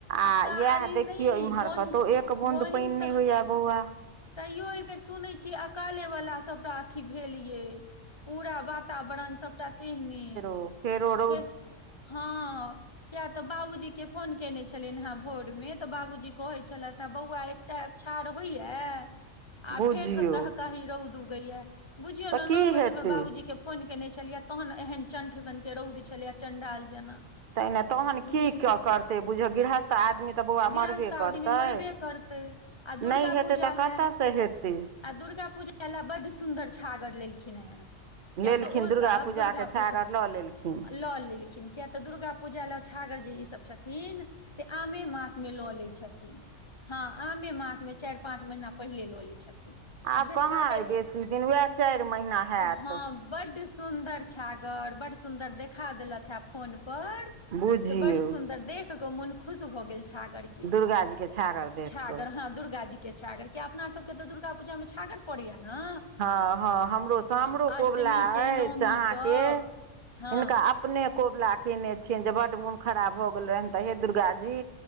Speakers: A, on the right (about 50°); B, on the left (about 25°).
A: आ
B: अकाल
A: यएह
B: ई
A: देखियौ
B: नहि
A: इम्हर
B: बहिन
A: कतौ एक बूद
B: बहिन
A: पइन
B: तऽ
A: नै होइये बौआ।
B: तैयो एय बेर सुनै छियै अकाले वला सभटा अथी भेल यै। पूरा वातावरण सबटा तेहने।
A: ओ फेर ओ
B: फेर हँ। किया त बाबूजीके फोन केने छलियैन हेँ भोरमे त बाबूजी कहे छलैथ हे बौआ त एकछार होइया आ
A: बुझियौ
B: फेर से कह कही रौद उगइयै बुझियौ
A: तऽ
B: ने
A: की
B: नौ बजे
A: हेतै
B: में बाबूजीके फोन केने छलियै तहन एहेन चण्ठ सनके रौद छलैए चणडाल जेना।
A: तैं ने तहन
B: बुझलियै
A: की करतै बुझियौ गृहस्थ आदमी त बौआ
B: गृहस्थ
A: मरबे
B: आदमी
A: करतै।
B: मरबे करतै आ दुर्गा
A: नाय हेतै
B: पूजा
A: तऽ कतय
B: लए
A: सँ हेतै
B: आ दुर्गा पूजा लए बहुत सुन्दर छागर लेलखिन हे क्ये
A: लेलखिन
B: तऽ ओ सब
A: पूजाके
B: दुर्गा
A: छागर
B: पूजा
A: लऽ लेलखिन
B: लऽ लेलखिन क्ये तऽ दुर्गा पूजा लऽ छागर ई सब जे छथिन से आमे मास मे लऽ लै छथिन हँ आमे मासे मे चार पाँच महीना पहिले लऽ लय छथिन
A: आब
B: अच्छ
A: कहाँ
B: छ कर
A: अइ बेसी दिन उएह चारि महीना हैत
B: हँ <unintelligible> बड सुन्दर छागर बड सुंदर छागर देखा देलत हे फोन पर
A: बुझियौ
B: से बड़ सुन्दर देख कऽ मोन खुश भऽ छागर के
A: दुर्गा जीके छागर देख
B: छागार
A: कऽ
B: हां दुर्गा जी के छागर क्याक अपना सबके तऽ दुर्गा पूजा मे छागर पड़ैया ने
A: हँ हँ हमरो स हमरो
B: हँ
A: कबुला
B: अष्टमी के
A: अछ
B: नौमी
A: अहाँके
B: कऽ हँ
A: हिनका आपन अपने कबुला कने छियान जे बड मोन खराब भऽ गेल रहिन तऽ हे दुर्गा जी